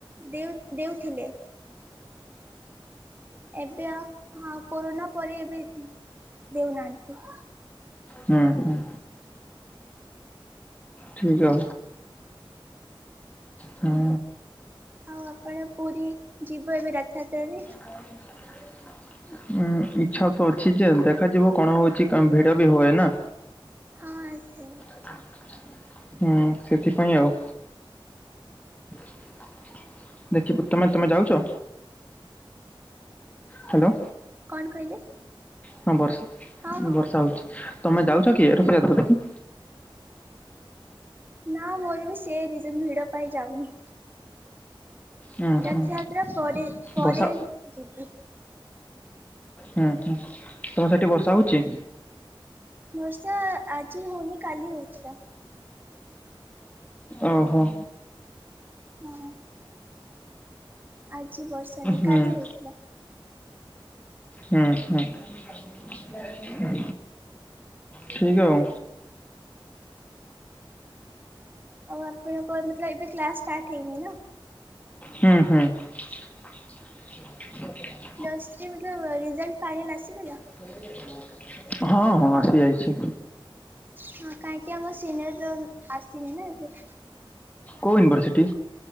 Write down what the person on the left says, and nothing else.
ହୁଁ ହୁ ଠିକ୍ ଅ ହୁଁ
<unintelligible> ହୁ ଇଚ୍ଛା ତ ଅଛି ଯେ ଦେଖାଯିବ କଣ ହଉଛି କାନ ଭିଡ ବି ହୁଏ ନା
<inaudible> ହୁଁ ସେଥିପାଇଁ ଆଉ <inaudible> ଦେଖିବୁ ତମେ ତମେ ଯାଉଛ ହ୍ୟାଲୋ
ହଁ ବର୍ଷା
ବର୍ଷା ହଉଛି ତମେ ଯାଉଛ କି ରଥଯାତ୍ରା ଦେଖି
ହୁଁ
ହୁଁ
ବର୍ଷା
ହୁଁ ହୁଁ ତମର ସେଠି ବର୍ଷା ହଉଛି?
ଓହୋ
ହୁଁ
ହୁଁ ହୁଁ ଠିକ ଆଉ
ହୁଁ ହୁଁ
<inaudible>
<unintelligible> ହଁ ହଁ ଆସି ଯାଇଛି।
କୋଉ ୟୁନିବର୍ସିଟି